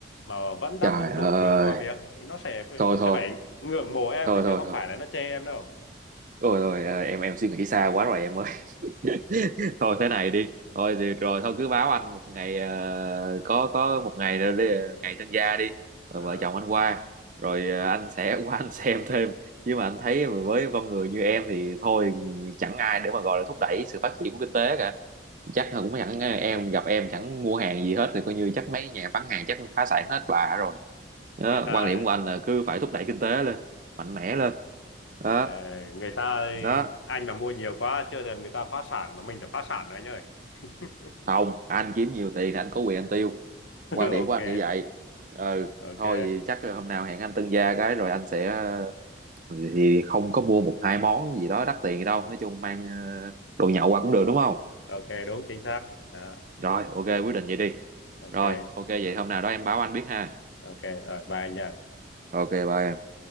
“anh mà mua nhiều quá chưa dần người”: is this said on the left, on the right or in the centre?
Left